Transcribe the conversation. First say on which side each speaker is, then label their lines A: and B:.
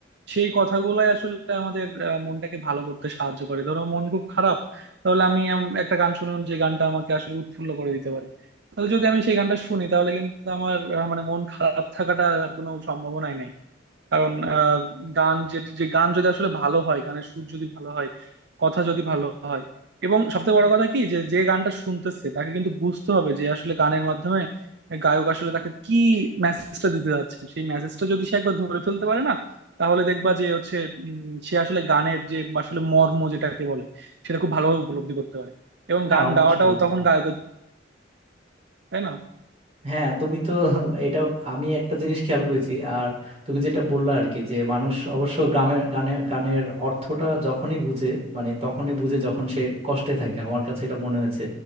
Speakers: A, on the right; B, on the right.
A: সেই কথাগুলাই আসলে আমাদের আহ, মনটাকে ভালো করতে সাহায্য করে ধরো মন খুব খারাপ তাহলে আমি আম, একটা গান শুনলাম যে গানটা আমাকে আসলে উৎফুল্ল করে দিতে পারে তাহলে যদি আমি সেই গানটা শুনি তাহলে কিন্তু আমার আহ, মানে মন খারাপ থাকাটা আর কোনো সম্ভাবনাই নাই কারণ আহ, গান যে যে গান যদি আসলে ভালো হয় গানের সুর যদি ভালো হয় কথা যদি ভালো হয় এবং সবচেয়ে বড় কথা কি যে যে গানটা শুনতেছে তাকে কিন্তু বুঝতে হবে যে আসলে গানের মাধ্যমে গায়ক আসলে তাকে কি মেসেজটা দিতে যাচ্ছে সেই মেসেজটা যদি সে একবার ধরে ফেলতে পারে না তাহলে দেখবা যে হচ্ছে উম, সে আসলে গানের যে আসলে মর্ম যেটাকে বলে সেটা খুব ভালোভাবে উপলব্ধি করতে পারে এবং
B: হ্যাঁ
A: গান
B: অবশ্যই
A: গাওয়াটাও তখন গায়কের তাই না
B: হ্যাঁ তুমি তো এটা আমি একটা জিনিস খেয়াল করেছি আর তুমি যেটা বললা আর কি যে মানুষ অবশ্য গ্রামের গানের গানের অর্থটা যখনই বুঝে মানে তখনই বুঝে যখন সে কষ্টে থাকে আমার কাছে এটা মনে হয়েছে